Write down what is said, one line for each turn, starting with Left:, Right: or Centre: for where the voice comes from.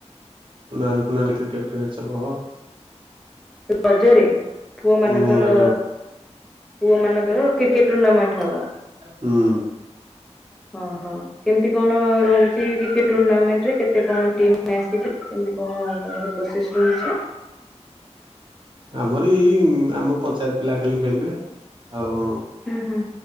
Right: ପଣାଲି କୁଣାଲି କ୍ରିକେଟ ଫ୍ରିକେଟ ସବୁ ହବ।
Centre: ରଜରେ ପୁଅ ମାନଙ୍କର
Right: ହୁଁ ରଜକୁ
Centre: ପୁଅ ମାନଙ୍କର କ୍ରିକେଟ ଟୁର୍ଣ୍ଣାମେଣ୍ଟ ହବ।
Right: ହୁଁ।
Centre: ହଁ ହଁ। କେମିତି କଣ ରହୁଛି କ୍ରିକେଟ ଟୁର୍ଣ୍ଣାମେଣ୍ଟ ରେ କେତେ କଣ ଟିମ ଆସିବେ କେମିତି କଣ ତମର ପ୍ରୋସେସ୍ ରହିଛି?
Right: ଆମରି ଏଇ ଆମ ପଞ୍ଚାୟତ ପିଲା ଖାଲି ଖେଳିବେ ଆଉ
Centre: ହୁଁ ହୁଁ।